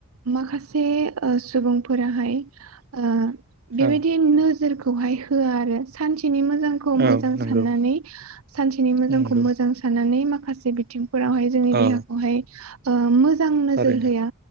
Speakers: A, on the right; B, on the right.
A: माखासे ओ सुबुंफोराहाय ओ बेबायदिनो
B: औ
A: नोजोरखौहाय होआ आरो सान सेनि मोजांखौ मोजां
B: औ नंगौ
A: साननानै सानसेनि मोजांखौ
B: नंगौ
A: मोजां साननानै माखासे बिथिं फोरावहाय जोंनि देहाखौहाय
B: औ
A: ओ मोजां नोजोर
B: थारैनो
A: होआ